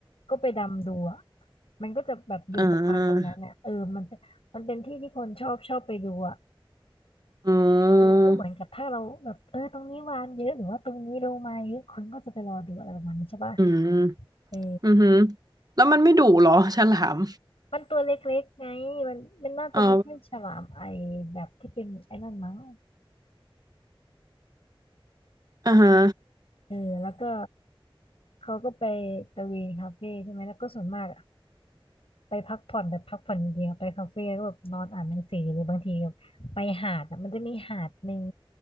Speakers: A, on the left; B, on the right.
A: ก็ไปดำดูอะ มันก็จะแบบอยู่ประมาณตรงนั้นน่ะเออมัน
B: อ่า
A: มันเป็นที่ที่คนชอบชอบไปดูอ่ะ
B: อืม
A: เออก็เหมือนกับถ้าเราแบบเออตรงนี้วานเยอะหรือว่าตรงนี้โลมาเยอะคนก็จะไปรอดูอะไรประมาณนี้ใช่ป่ะ
B: อืม
A: เออ
B: อือหือแล้วมันไม่ดุเหรอฉลาม
A: มันตัวเล็กๆไงมันมันน่าจะไม่ใช่ฉลามไอ
B: อ๋อ
A: แบบที่เป็นไอ้นั่นมั้ง
B: อ่าฮะ
A: เออแล้วก็เขาก็ไปตะเวนคาเฟ่ใช่ไหมแล้วก็ส่วนมากอะ ไปพักผ่อนแบบพักผ่อนเดียวไปคาเฟ่ก็แบบนอนอ่านหนังสือหรือบางทีแบบไปหาดอ่ะมันจะมีหาดหนึ่ง